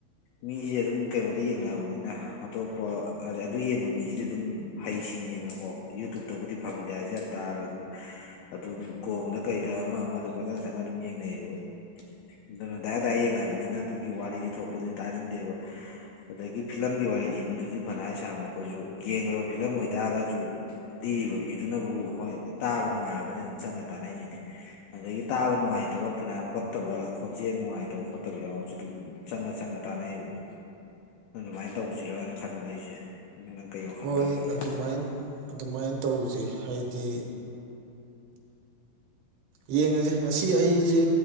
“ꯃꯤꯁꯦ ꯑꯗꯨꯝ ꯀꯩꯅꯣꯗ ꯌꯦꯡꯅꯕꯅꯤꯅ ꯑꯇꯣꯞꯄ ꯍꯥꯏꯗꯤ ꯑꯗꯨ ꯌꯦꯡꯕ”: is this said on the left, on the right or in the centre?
Left